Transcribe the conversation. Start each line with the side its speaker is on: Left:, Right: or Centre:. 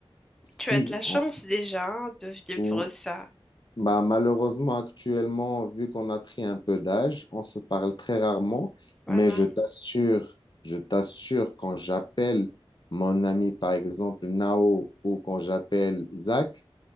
Left: si
Centre: Tu as de la chance déjà hein, de vivre
Left: on,
Centre: ça.
Left: bah, malheureusement, actuellement, vu qu'on a pris un peu d'âge, on se parle très rarement,
Centre: Voilà.
Left: mais je t'assure, je t'assure, quand j'appelle mon ami, par exemple, Nao, ou quand j'appelle Zach,